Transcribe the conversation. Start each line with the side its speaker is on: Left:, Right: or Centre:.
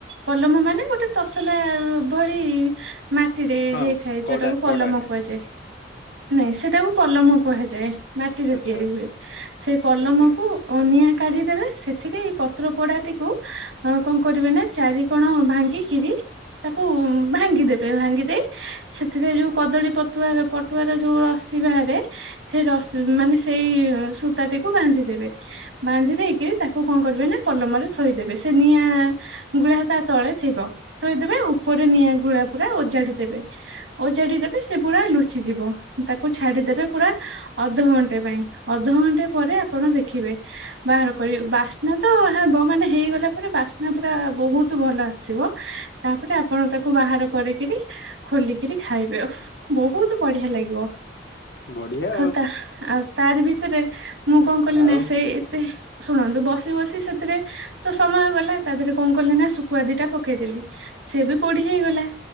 Right: ପଲମ ମାନେ ଗୋଟେ ତସଲା ଭଳି ମାଟିରେ
Left: ହଁ
Right: ହେଇଥାଏ
Left: କଡା
Right: ଯୋଉଟାକୁ
Left: କଡାରେ
Right: ପଲମ କୁହାଯାଏ। ନାଇଁ ସେଟାକୁ ପଲମ କୁହାଯାଏ ମାଟିରେ
Left: ଆଚ୍ଛା
Right: ତିଆରି
Left: ଆଚ୍ଛା
Right: ହୁଏ ସେ ପଲମକୁ
Left: ଆଜ୍ଞା
Right: ଓ ନିଆଁ କାଢିଦେବେ ସେଥିରେ ଏଇ ପତ୍ର ପୋଡାଟିକୁ ଅ କଣ କରିବେ ନା ଚାରି କଣ ଭାଙ୍ଗିକିରି ତାକୁ ଭାଙ୍ଗିଦେବେ ଭାଙ୍ଗି ଦେଇ ସେଥିରେ ଯୋଉ କଦଳୀ ପଟୁଆର ପଟୁଆର ଯୋଉ ରସି ବାହାରେ ସେ ରସି ମାନେ ସେଇ ସୂତାଟିକୁ ବାନ୍ଧି ଦେବେ ବାନ୍ଧି ଦେଇକି ତାକୁ କଣ କରିବେ ନା ପଲମରେ ଥୋଇଦେବେ ସେ ନିଆଁ ଗୁଡା ତା ତଳେ ଥିବ। ଥୋଇଦେବେ ଉପରେ ନିଆଁ ଘୁଳା ପୁରା ଓଜାଡିଦେବେ। ଓଜାଡି ଦେବେ ସେ ପୁରା ଲୁଚିଯିବ ତାକୁ ଛାଡିଦେବେ ପୁରା ଅଧଘଣ୍ଟେ ପାଇଁ ଅଧଘଣ୍ଟେ ପରେ ଆପଣ ଦେଖିବେ। ବାହାର କରି ବାସ୍ନା ତ ହେବ ମାନେ ହେଇଗଲା ପରେ ବାସ୍ନା ପୁରା ବହୁତ ଭଲ ଆସିବ। ତାପରେ ଆପଣ ତାକୁ ବାହାର କରିକିରି ଖୋଲିକିରି ଖାଇବେ ଓହ ବହୁତ ବଢିଆ ଲାଗିବ।
Left: ବଢିଆ।
Right: ଆଉ ତା ଆଉ ତାରି ଭିତରେ ମୁଁ କଣ କଲି
Left: ଆଉ
Right: ନା ସେଇ ଏତେ ଶୁଣନ୍ତୁ ବସି ବସି ସେଥିରେ ତ ସମୟ ଗଲା ତା ଦେହରେ କଣ କଲି ନା ଶୁଖୁଆ ଦିଟା ପକେଇଦେଲି। ସେ ବି ପୋଡି ହେଇଗଲା।